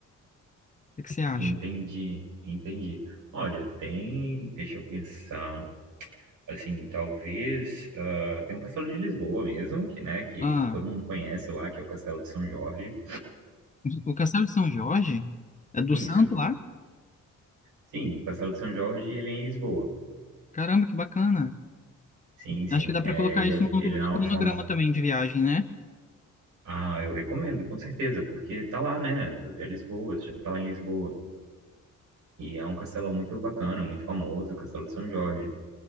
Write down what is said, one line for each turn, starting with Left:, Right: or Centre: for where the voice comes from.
Left: que que você acha?
Right: Entendi, entendi. Olha, tem, deixa eu pensar, assim, talvez, ah, tem um castelo de Lisboa mesmo, que, né, que,
Left: Ah,
Right: que todo mundo conhece lá, que é o Castelo de São Jorge.
Left: o Castelo de São Jorge? É do
Right: Isso,
Left: Santo lá?
Right: sim, o Castelo de São Jorge, ele é em Lisboa.
Left: Caramba, que bacana.
Right: Sim, sim,
Left: Acho que dá
Right: é,
Left: pra colocar
Right: ele
Left: isso
Right: é,
Left: no,
Right: ele
Left: no
Right: é
Left: meu
Right: na Alfama
Left: cronograma também de viagem, né?
Right: Ah, eu recomendo, com certeza, porque tá lá, né? É Lisboa, já tá lá em Lisboa. E é um castelo muito bacana, muito famoso, o Castelo de São Jorge.